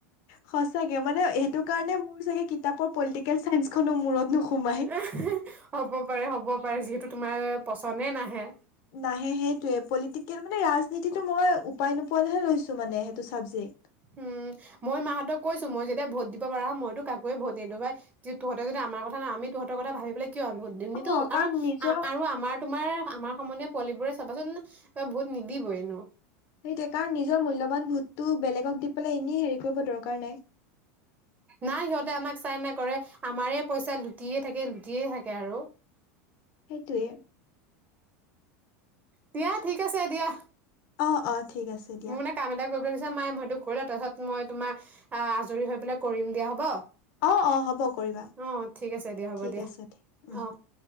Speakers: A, on the left (about 55°); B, on the right (about 20°).
A: সঁচাকে মানে সেইটো কাৰণে মোৰ চাগে কিতাপৰ পলিটিকেল চাইন্সখনো মূৰত নোসোমায়।
B: হ'ব পাৰে হ'ব পাৰে যিহেতু তোমাৰ পচনে নাহে।
A: নাহে, সেইটোৱে পলিটিকেল মানে ৰাজনীতিটো মই উপায় নোপোৱাতহে লৈছো মানে সেইটো চাবজেক্ট।
B: উম' মই মাহঁতক কৈছোঁ। মই যেতিয়া ভোট দিব পাৰা হ'ম মইতো কাকয়ে ভোট নিদু পাই। তহঁতে যদি আমাৰ কথা নহ আমি তহঁতৰ কথা ভাবি পেলাই কিয় ভোট দিম
A: অ
B: নিদোও
A: কাৰণ
B: আৰু
A: নিজৰ
B: আৰু আমাৰ তোমাৰ আমাৰ সমনীয়া পোৱালিবোৰে চাবাচোন ভোট নিদিবই এনো।
A: সেইটোয়ে কাৰণ নিজৰ মূল্যবান ভোটটো বেলেগক দি পেলাই এনেই হেৰি কৰিব দৰকাৰ নাই।
B: নাই সিহঁতে আমাক চাই নকৰে আমাৰে পইচা লুটিয়ে থাকে, লুটিয়ে থাকে আৰু
A: সেইটোৱে
B: দিয়া ঠিক আছে দিয়া।
A: অ' অ' ঠিক আছে দিয়া।
B: মোৰ মানে কাম এটা কৰিব দিছে মাই মই সেতো কৰিলও তাৰপিছত মই তোমাৰ আহ' আজৰি হৈ পেলাই কৰিম দিয়া হব।
A: অ অ হ'ব কৰিবা
B: অ' ঠিক আছে দিয়া হ'ব
A: ঠিক
B: দিয়া
A: আছে ঠিক উম
B: অ'।